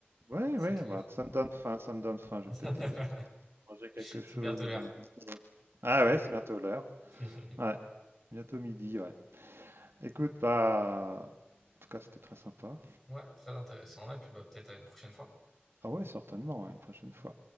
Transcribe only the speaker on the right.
Oui,
oui,
bah, ça me donne faim, ça me donne faim, je
vais peut-être, heu, manger quelque
chose,
heu, bientôt ah ouais, c'est bientôt l'heure,
ouais, bientôt midi. ouais. Écoute, bah, en tout cas, c'était très sympa.
Ah ouais, certainement, ouais, une prochaine fois.